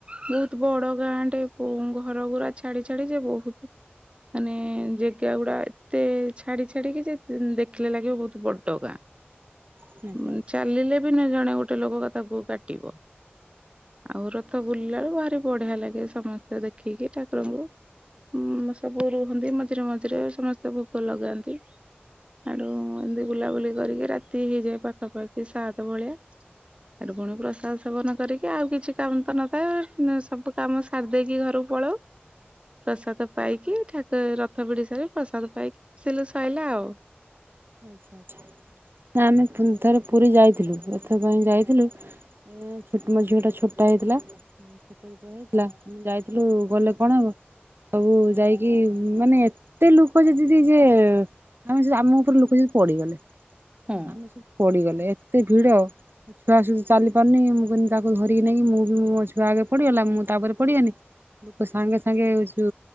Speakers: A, on the right; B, on the right.
A: ବହୁତ ବଡ ଗାଁଟେ ଉ ଘର ଗୁରା ଛାଡି ଛାଡି ଯେ ବହୁତ ମାନେ ଜେଗା ଗୁଡା ଏତେ ଛାଡି ଛାଡିକି ଯେ ଦେଖିଲେ ଲାଗିବ ବହୁତ ବଡ ଗାଁ।
B: ଆଚ୍ଛା
A: ଉଁ
B: ଆଚ୍ଛା
A: ଚାଲିଲେ ବି ନା ଜଣେ ଗୋଟେ ଲୋକ କ ତାକୁ କାଟିବ। ଆଉ ରଥ ବୁଲିଲାଳୁ ଭାରି ବଢିଆ ଲାଗେ ସମସ୍ତେ ଦେଖିକି ଠାକୁରଙ୍କୁ ଉ ସବୁ ରୁହନ୍ତି ମଝିରେ ମଝିରେ ସମସ୍ତେ ଭୋଗ ଲଗାନ୍ତି। ହାଡ଼ୁ ଏମିତି ବୁଲାବୁଲି କରିକି ରାତି ହେଇଯାଏ ପାଖାପାଖି ସାତ ଭଳିଆ। ହେଠୁ ପୁଣି ପ୍ରସାଦ ସେବନ କରିକି ଆଉ କିଛି କାମ ତ ନ ଥାଏ ଅ ସବୁ କାମ ସାରି ଦେଇକି ଘରକୁ ପଳଉ। ପ୍ରସାଦ ପାଇକି ଠାକୁ ରଥ ବିଡି ସାରି ପ୍ରସାଦ ପାଇକି ସିଲୁ ସଇଲା ଆଉ।
B: ଆଛା ଆଛା ନା ଆମେ ତିନି ଥର ପୁରୀ ଯାଇଥିଲୁ ରଥ ପାଇଁ ଯାଇଥିଲୁ ଏ ଛୋଟ ମୋ ଝିଅ ଟା ଛୋଟ ଟା ହେଇଥିଲା। ଛୋଟ ଯେତବେଳେ ହେଇଥିଲା ଆମେ ଯାଇଥିଲୁ ଗଲେ କଣ ହବ ସବୁ ଯାଇକି ମାନେ ଏତେ ଲୋକ ଯଦି ଯିଏ ଯେ ଆମେ ଯଉ ଆମ ର ଲୋକ ବି ପଡିଗଲେ
A: ହୁଁ
B: ଆମେ ସେ ପଡିଗଲେ ଏତେ ଭିଡ ମୋ ଛୁଆ ସୁଦୁ ଚାଲି ପାରୁନି ମୁଁ କଇନି ତାକୁ ଧରିକି ନେଇକି ମୁଁ ବି ମୋ ଛୁଆ ଆଗେ ପଢିଗଲା ମୁଁ ତାପରେ ପଡିଗନି ଲୋକ ସାଙ୍ଗେ ସାଙ୍ଗେ ହଉଚୁ